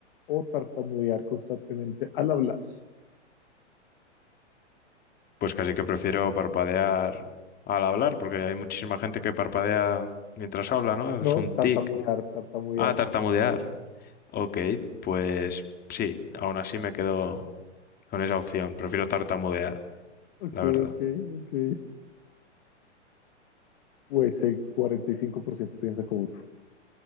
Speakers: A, on the left (about 50°); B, on the left (about 25°).
A: o tartamudear constantemente al hablar?
B: Pues casi que prefiero parpadear al hablar, porque hay muchísima gente que parpadea mientras habla, ¿no? Es
A: No,
B: un
A: tartamudear,
B: tic.
A: tartamudear.
B: Ah, tartamudear. Ok, pues sí, aún así me quedo con esa opción. Prefiero tartamudear,
A: Ok,
B: la verdad.
A: ok, ok. Pues el 45% piensa como tú.